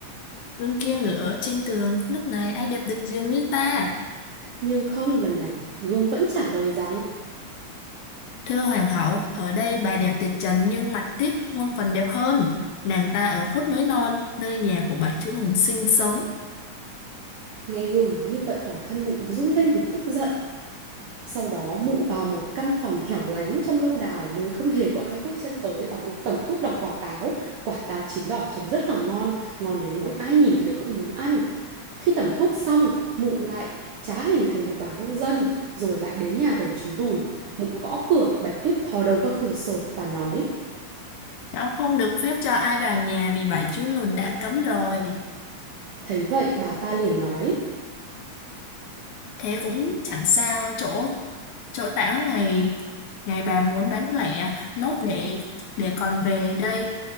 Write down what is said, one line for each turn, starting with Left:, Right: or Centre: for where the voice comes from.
Left: Gương kia ngự ở trên tường. Nước này ai đẹp được riêng như ta.
Right: Nhưng không, lần này gương vẫn trả lời rằng
Left: Thưa hoàng hậu, ở đây bà đẹp tuyệt trần nhưng mặt tiết muôn phần đẹp hơn. Nàng ta ở khuất núi non, nơi nhà của bảy chú lùn sinh sống.
Right: Nghe gương nói như vậy toàn thân mụ run lên vì tức giận Sau đó mụ vào một căn phòng hẻo lánh trong lâu đài nơi không hề có ai bước chân tới và mụ tẩm thuốc độc vào táo. Quả táo chín đỏ trông rất là ngon, ngon đến nỗi ai nhìn thấy cũng muốn ăn. Khi tẩm thuốc xong, mụ lại trá hình thành một bà nông dân, rồi lại đến nhà bảy chú lùn. Mụ gõ cửa, Bạch Tuyết thò đầu qua cửa sổ và nói.
Left: Cháu không được phép cho ai vào nhà vì bảy chú lùn đã cấm rồi.
Right: Thấy vậy bà ta liền nói.
Left: Thế cũng chẳng sao, chỗ chỗ tảo ngày ngày bà muốn bán lẻ nốt để để còn về đây